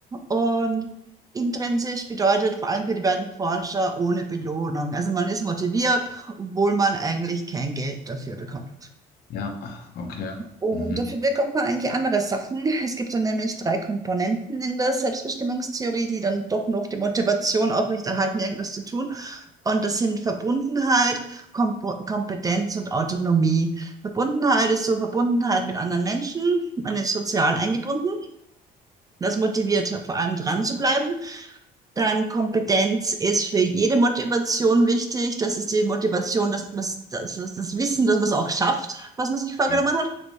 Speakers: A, on the right; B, on the left.
A: und intrinsisch bedeutet vor allem für die beiden Forscher ohne Belohnung. Also man ist motiviert, obwohl man eigentlich kein Geld dafür bekommt.
B: Ja, okay.
A: Und
B: Mhm.
A: dafür bekommt man eigentlich andere Sachen. Es gibt dann nämlich drei Komponenten in der Selbstbestimmungstheorie, die dann doch noch die Motivation aufrechterhalten, irgendwas zu tun. Und das sind Verbundenheit, Kom Kompetenz und Autonomie. Verbundenheit ist so Verbundenheit mit anderen Menschen. Man ist sozial eingebunden. Das motiviert vor allem dran zu bleiben. Dann Kompetenz ist für jede Motivation wichtig. Das ist die Motivation, dass man das, das Wissen, dass man es auch schafft, was man sich vorgenommen
B: Ja.
A: hat.